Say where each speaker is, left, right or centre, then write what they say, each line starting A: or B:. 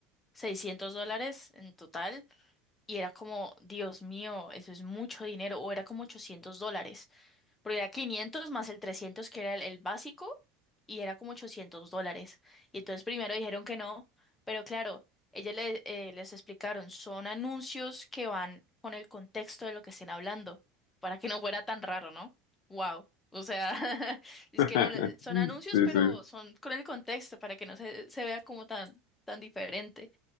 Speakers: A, on the left; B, on the left.
A: 600 dólares en total y era como, Dios mío, eso es mucho dinero, o era como 800 dólares porque era 500 más el 300 que era el, el básico y era como 800 dólares. Y entonces primero dijeron que no, pero claro, ella le- eh, les explicaron, son anuncios que van con el contexto de lo que estén hablando, para que no fuera tan raro, ¿no? Wow. O sea, <laughs> es
B: <laughs>
A: que no, le- son anuncios,
B: Sí,
A: pero
B: sí.
A: son con el contexto, para que no se, se vea como tan, tan diferente